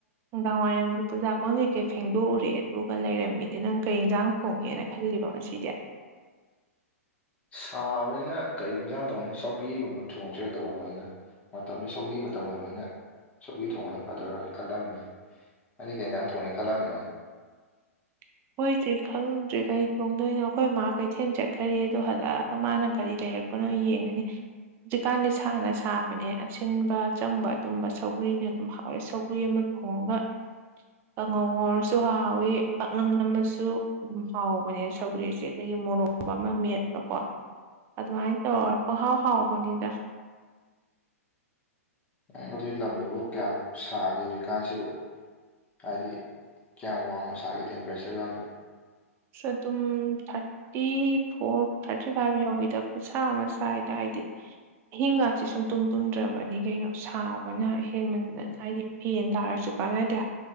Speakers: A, on the right; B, on the left.
A: ꯅꯨꯡꯗꯥꯡ ꯋꯥꯏꯔꯝꯒꯤ ꯄꯨꯖꯥ ꯀꯣꯟ ꯀꯩꯀꯩ ꯐꯦꯡꯗꯣꯛꯎꯔꯦ ꯑꯗꯨꯒ ꯂꯩꯔꯝꯃꯤꯗꯤ ꯅꯪ ꯀꯩ ꯏꯟꯖꯥꯡ ꯊꯣꯡꯒꯦꯅ ꯈꯜꯂꯤꯕ ꯑ ꯁꯤꯔꯤꯌꯥ
B: ꯁꯥꯕꯅꯤꯅ ꯀꯔꯤ ꯌꯦꯟꯁꯥꯡ ꯇꯧꯅꯤ ꯁꯧꯒꯤꯒꯨꯝꯕ ꯊꯣꯡꯁꯤꯒ ꯇꯧꯔꯝꯕꯅꯤꯅ ꯃꯇꯝꯗꯨ ꯁꯧꯒꯤ ꯃꯇꯝ ꯑꯣꯏꯕꯅꯤꯅ ꯁꯧꯤ ꯊꯣꯡꯉꯅ ꯐꯥꯊꯧꯔ ꯈꯜꯂꯝꯃꯤꯅꯦ ꯑꯗꯨ ꯀꯩ ꯌꯦꯟꯖꯥꯡ ꯊꯣꯡꯉꯦ ꯈꯜꯂꯝꯃꯤꯅꯣ
A: <unintelligible> ꯍꯣꯏꯗ꯭ꯔꯤ ꯈꯪꯗ꯭ꯔꯤ ꯀꯩ ꯇꯣꯡꯗꯣꯏꯅꯣ ꯑꯩꯈꯣꯏ ꯃꯥ ꯀꯩꯊꯦꯜ ꯆꯠꯈꯔꯤ ꯑꯣ ꯍꯜꯂꯛꯑꯒ ꯃꯥꯅ ꯀꯔꯤ ꯂꯩꯔꯤ ꯌꯥ ꯀꯅꯣ ꯌꯦꯡꯉꯅꯤ ꯍꯧꯖꯤꯛꯀꯥꯟꯗꯤ ꯁꯥꯅ ꯁꯥꯕꯅꯦ ꯑꯁꯤꯟꯕ ꯑꯆꯝꯕ ꯑꯗꯨꯝꯕ ꯁꯧꯒ꯭ꯔꯤꯅ ꯑꯗꯨꯝ ꯍꯥꯎꯋꯤ ꯁꯧꯒ꯭ꯔꯤ ꯑꯃ ꯍꯣꯡꯒ ꯑꯉꯧꯉꯔꯁꯨ ꯍꯥꯎꯏꯤ ꯄꯥꯛꯅꯝꯅꯝ ꯑꯃꯁꯨ ꯑꯗꯨꯝ ꯍꯥꯎꯕꯅꯦ ꯁꯧꯒ꯭ꯔꯤꯁꯦ ꯑꯗꯒꯤ ꯃꯣꯔꯣꯕ ꯑꯃ ꯃꯦꯠꯄꯀꯣ ꯑꯗꯨꯃꯥꯏꯅ ꯇꯧꯔ ꯄꯣꯡꯍꯥꯎ ꯍꯥꯎꯕꯅꯤꯗ
B: ꯅꯪ ꯑꯗꯨꯏ ꯂꯝꯗꯨꯕꯨ ꯀꯌꯥꯝ ꯁꯥꯒꯦ ꯍꯧꯖꯤꯛꯀꯥꯟꯁꯤꯕꯨ ꯍꯥꯏꯗꯤ ꯀꯌꯥꯝ ꯋꯥꯡꯅꯣ ꯁꯥꯒꯦ ꯇꯦꯝꯄꯔꯦꯆꯔꯀꯗꯣ
A: ꯁꯨ ꯑꯗꯨꯝ ꯊꯥꯔꯇꯤ ꯐꯣꯔ ꯊꯥꯔꯇꯤ ꯐꯥꯏꯚ ꯌꯧꯋꯤꯗ ꯈꯨꯠꯁꯥ ꯑꯃ ꯆꯥꯏ ꯇ ꯍꯥꯏꯗꯤ ꯑꯍꯤꯡꯒꯥꯛꯁꯦ ꯁꯨꯝ ꯇꯨꯝ ꯇꯨꯝꯗ꯭ꯔꯕꯗꯤ ꯀꯩꯅꯣ ꯁꯥꯕꯅ ꯍꯦꯟꯃꯟꯗꯅ ꯍꯥꯏꯗꯤ ꯐꯦꯟ ꯇꯥꯔꯁꯨ ꯀꯥꯟꯅꯗꯤ